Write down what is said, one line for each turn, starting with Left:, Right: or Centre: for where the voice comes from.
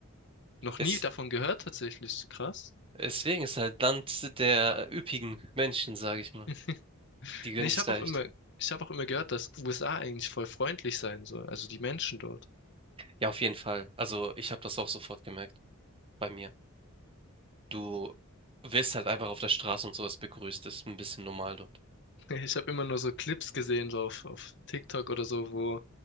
Left: noch
Right: Es,
Left: nie davon gehört tatsächlich. Krass.
Right: deswegen ist halt Land der üppigen Menschen, sage ich mal.
Left: <laughs>
Right: Die gönnen
Left: Nee, ich
Right: sich
Left: habe
Right: leicht.
Left: auch immer, ich habe auch immer gehört, dass USA eigentlich voll freundlich sein soll, also die Menschen dort.
Right: Ja, auf jeden Fall. Also ich habe das auch sofort gemerkt bei mir. Du wirst halt einfach auf der Straße und sowas begrüßt. Das ist ein bisschen normal dort.
Left: <laughs> Ich habe immer nur so Clips gesehen, so auf, auf TikTok oder so, wo